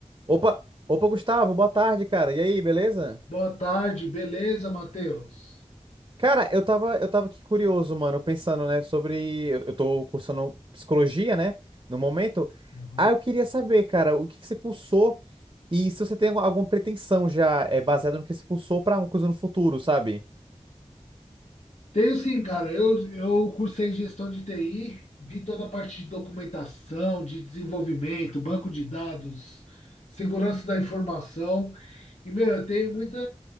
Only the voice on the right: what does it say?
Opa, opa, Gustavo, boa tarde, cara. E aí, beleza?
Cara, eu tava, eu tava aqui curioso, mano, pensando, né, sobre. Eu, eu tô cursando psicologia, né, no momento.
Ah, eu queria saber, cara, o que que você cursou e se você tem alguma alguma pretensão já é, baseada no que você cursou pra uma coisa no futuro, sabe?